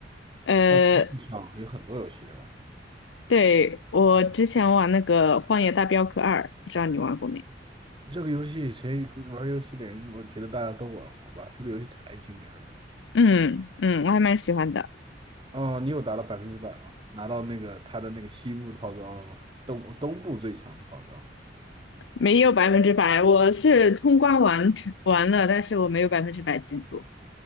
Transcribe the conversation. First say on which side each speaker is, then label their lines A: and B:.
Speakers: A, on the left; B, on the right.
A: 呃，
B: 像 Steam 上有很多游戏，对吧？
A: 对，我之前玩那个《荒野大镖客二》，不知道你玩过没？
B: 这个游戏谁玩游戏的人，我觉得大家都玩过吧。这个游戏太经典了。
A: 嗯嗯，我还蛮喜欢的，
B: 哦，你有达到百分之百吗？拿到那个他的那个西部套装了吗？东东部最强套装。
A: 没有百分之百，我是通关完成完了，但是我没有百分之百进度，